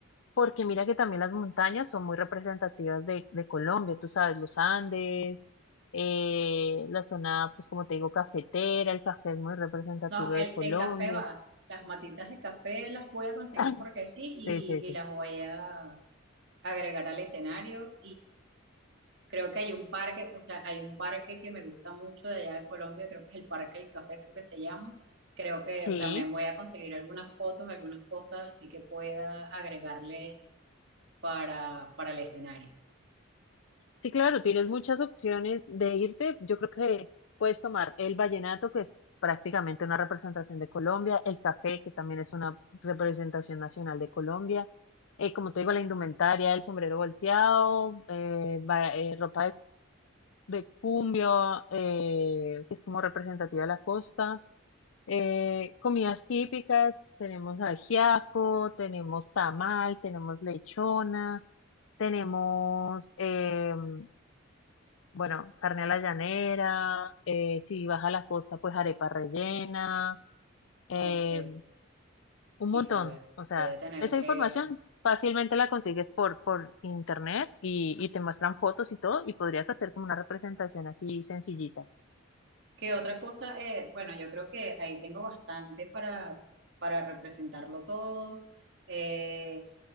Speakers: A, on the left; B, on the right.
A: porque mira que también las montañas son muy representativas de, de Colombia, tú sabes, los Andes, eh, la zona, pues como te digo, cafetera, el café es muy representativo
B: No, el,
A: de Colombia.
B: el café va, las matitas de café las voy a conseguir
A: <laughs>
B: porque sí y,
A: Sí, sí,
B: y
A: sí.
B: las voy a agregar al escenario Creo que hay un parque, o sea, hay un parque que me gusta mucho de allá de Colombia, creo que es el Parque del Café, creo que se llama. Creo que
A: Sí,
B: también voy a conseguir algunas fotos, algunas cosas, así que pueda agregarle para, para el escenario.
A: Sí, claro, tienes muchas opciones de irte. Yo creo que puedes tomar el vallenato, que es prácticamente una representación de Colombia, el café, que también es una representación nacional de Colombia, eh, como te digo, la indumentaria, el sombrero volteado, eh, va- eh, ropa de, de cumbio, eh, que es como representativa de la costa, eh, comidas típicas, tenemos ajiaco, tenemos tamal, tenemos lechona, tenemos... em, bueno, carne a la llanera, eh, si vas a la costa, pues arepa rellena, eh,
B: Ok, sí,
A: un montón.
B: sí, voy,
A: O sea,
B: voy a tener
A: esa
B: que,
A: información fácilmente la consigues por, por internet y, y te muestran fotos y todo, y podrías hacer como una representación así sencillita.
B: ¿Qué otra cosa? Eh, bueno, yo creo que ahí tengo bastante para, para representarlo todo. Eh,